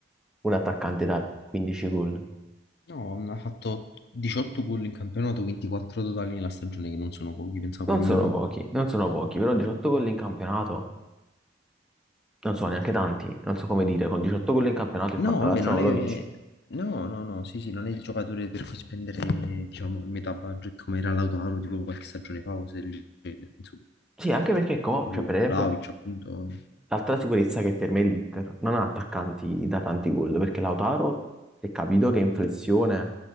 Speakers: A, in the centre; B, on the left.
A: un attaccante da 15 gol.
B: No, ha fatto 18 gol in campionato, 24 totali nella stagione, che non sono pochi, pensavo
A: Non
B: di
A: sono
B: meno.
A: pochi, non sono pochi, però 18 gol in campionato non sono neanche tanti, non so come dire, con 18 gol in campionato il
B: No,
A: Fantacalcio
B: vabbè, non
A: non
B: è...
A: lo vinci.
B: No, no, no, sì, sì, non è il giocatore per cui spendere, diciamo, il metà budget come era Lautaro, tipo qualche stagione fa, cose del genere, insomma,
A: Sì, anche perché, co-
B: o
A: cioè, per esempio,
B: Vlahovic, appunto.
A: L'altra sicurezza che per me è l'Inter non ha attaccanti da tanti gol, perché Lautaro, se capito che è in flessione,